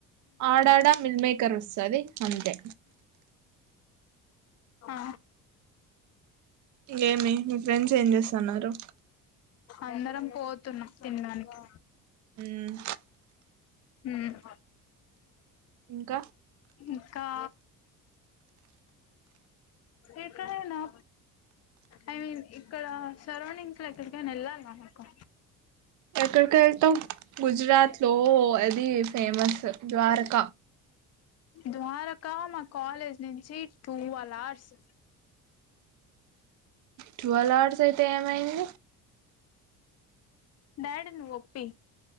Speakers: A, on the right; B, on the left.
A: ఆడాడ మిల్ మేకర్ వస్తది అంతే
B: ఆ
A: ఇంకేమి మీ ఫ్రెండ్స్ ఏం జేస్తన్నరు
B: అందరం పోతున్నం తిన్డానికి
A: మ్మ్
B: హ్మ్
A: ఇంక
B: ఇంకా ఏకాయనా ఐ మీన్ ఇక్కడ సరౌండింగ్స్ లో ఎక్కడికైనెల్ళాలి మనకు
A: ఎక్కడికెళ్తావ్ గుజరాత్ లో అదీ ఫేమస ద్వారక
B: ద్వారకా మా కాలేజ్ నుంచి టూవల్ ఆర్స్
A: ట్వెల్అవర్స్ అయితే ఏమైంది
B: డాడి ను ఒప్పీ